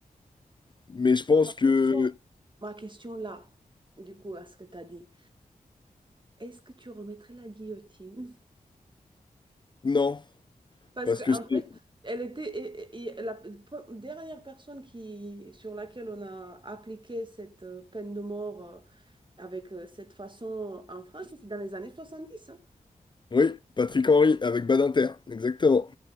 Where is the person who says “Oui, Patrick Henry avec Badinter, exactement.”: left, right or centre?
Left